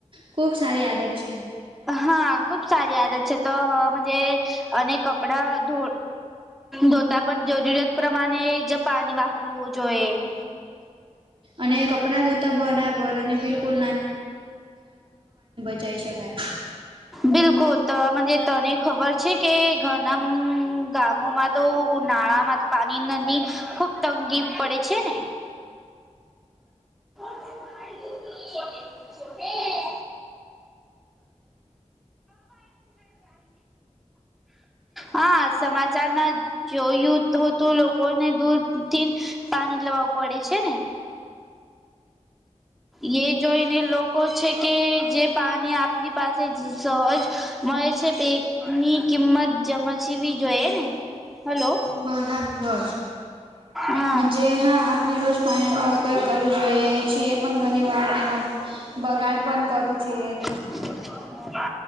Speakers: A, on the right; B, in the centre.
A: ખુબ સારી આદત છે.
B: હા ખુબ સારી આદત છે તો હ મજે અને કપડા ધો ધોતા પણ જરૂરિયાત પ્રમાણે જ પાણી વાપરવું જોઈએ. <inaudible>
A: અને કપડાં ધોતા બરાબર અને બિલકુલ જઈ શકાય.
B: બિલકુલ તો મજે તને ખબર છે કે ઘણા મ ગામોમાં તો ઉનાળામાં તો પાણી નની ખુબ તંગી પડે છે ને.
A: <inaudible>
B: <inaudible>
A: <inaudible>
B: હા સમાચાર ના જોયું તો તું લોકોને દૂધ થી પાણી લવાવું પડે છે ને. યે જોઈને લોકો છે કે જે પાણી આપની પાસે સહજ મળે છે. પેકની કિંમત જમાચવી જોઈએ ને હલો
A: બરાબર.
B: હા
A: મજે હા આપણે રોજ પાણીનો ઉપયોગ કરવો જોઈએ છે પણ ઘણી વાર એમાં બગાડ પણ કરું છે.
B: <inaudible>